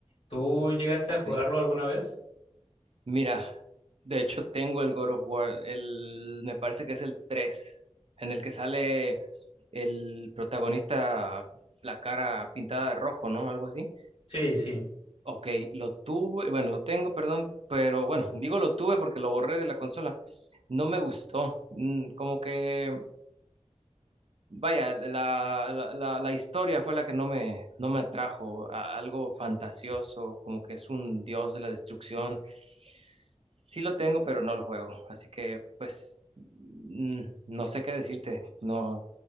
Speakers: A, on the left; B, on the right.
A: ¿Tú llegaste
B: Ok.
A: a jugarlo alguna vez?
B: Mira, de hecho tengo el God of War, el, me parece que es el 3, en el que sale el protagonista la cara pintada de rojo, ¿no? Algo así.
A: Sí, sí.
B: Ok, lo tuve, bueno, lo tengo, perdón, pero bueno, digo lo tuve porque lo borré de la consola. No me gustó. mm, Como que, vaya, la, la, la- la historia fue la que no me, no me atrajo. a- algo fantasioso, como que es un dios de la destrucción. Sí lo tengo, pero no lo juego. Así que, pues, mm, no sé qué decirte. No,